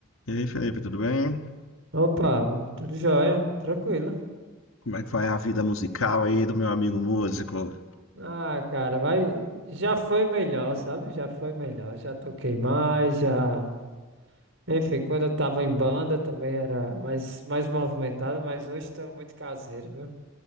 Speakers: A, on the left; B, on the right.
A: E aí, Felipe, tudo bem?
B: Opa, tudo jóia, tranquilo.
A: Como é que vai a vida musical aí do meu amigo músico?
B: Ah, cara, vai. Já foi melhor, sabe? Já foi melhor. Já toquei mais, já. Enfim, quando eu tava em banda também era mais, mais movimentado, mas hoje tô muito caseiro, viu?